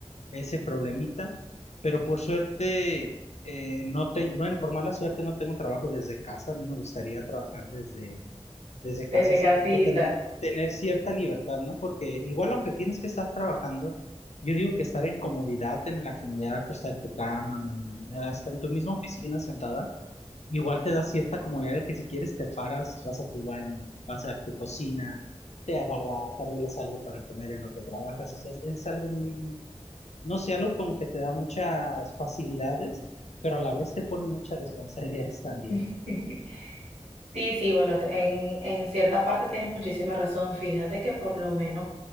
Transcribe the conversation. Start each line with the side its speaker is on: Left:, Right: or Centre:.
Left: ese problemita, pero por suerte, eh, no tengo, bueno, por mala suerte no tengo trabajo desde casa, a mí me gustaría trabajar desde, desde casa,
Right: Desde
Left: así
Right: casita.
Left: como tú tener, tener cierta libertad, ¿no? Porque igual aunque tienes que estar trabajando, yo digo que estar en comodidad, en la comodidad acostada en tu cama, o en- hasta en tu misma oficina sentada, igual te da cierta comodidad de que si quieres te paras, vas a tu baño, vas a tu cocina, te agarras, te arreglas algo para comer en lo que trabajas, o sea, es, es algo muy, no sé, algo como que te da muchas facilidades, pero a la vez te pone muchas <laughs> responsabilidades también,
Right: <laughs> Sí, sí, bueno, te- en, en cierta parte tienes muchísima razón. Fíjate que por lo menos